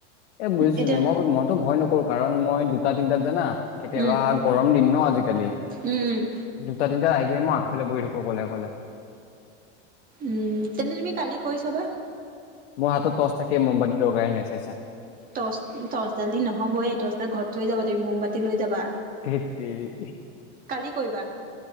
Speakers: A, on the left; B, on the right.
A: এ বুজিছো
B: এতিয়া
A: মই মইতো ভয় নকৰো কাৰণ মই দুটা তিনটাত জানা কেতিয়াবা
B: উম
A: গৰম দিন ন আজিকালি
B: উম উম
A: দুটা তিনিটাত আহি কিনে মই আগফালে বহি থাকো অক'লে অক'লে।
B: উম তেনে তুমি কালি কৰি চাবা।
A: মোৰ হাতত টৰ্চ থাকে মমবাটীৰ দৰকাৰে নাই চাইছা
B: টৰ্চ টৰ্চডাল দি নহ'ব এই টৰ্চডাল ঘৰত থৈ যাবা তুমি মমবাতি লৈ যাবা।
A: ধেট তেৰি।
B: কালি কৰিবা